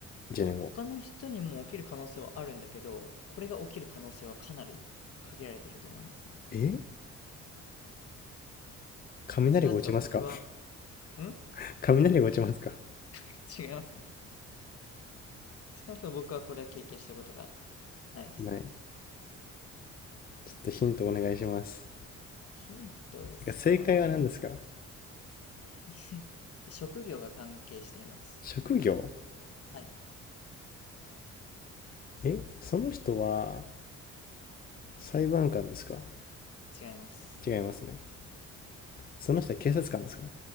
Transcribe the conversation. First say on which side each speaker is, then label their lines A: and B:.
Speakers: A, on the left; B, on the left.
A: ?1 年後。
B: 他の人にも起きる可能性はあるんだけど、これが起きる可能性はかなり限られてると思いますね。
A: え雷が落ちますか
B: 少なくとも僕は、うん
A: <laughs> 雷が落ちますか
B: <laughs> 違いますね。少なくとも僕はこれは経験したことがないですね。
A: ない。ちょっとヒントお願いします。
B: ヒントですか
A: てか正解は何ですか
B: <laughs> 職業が関係しています。
A: 職業
B: はい、
A: えその人は裁判官ですか
B: 違います。
A: 違いますね。その人は警察官ですか